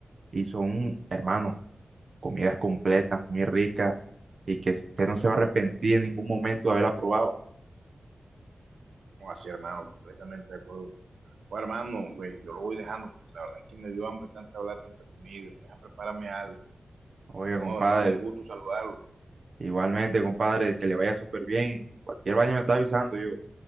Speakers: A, on the right; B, on the right.
A: Y son, hermano, comidas completas, muy ricas, y que usted no se va a arrepentir en ningún momento de haberla probado.
B: No, así, hermano, completamente de acuerdo. Bueno, hermano, pues, yo lo voy dejando, porque la verdad es que me dio hambre tanta hablar, tanta comida, me voy a prepararme algo.
A: Oiga,
B: Bueno,
A: compadre,
B: hermano, un gusto saludarlo.
A: igualmente, compadre, que le vaya súper bien. Cualquier vaina me está avisando yo.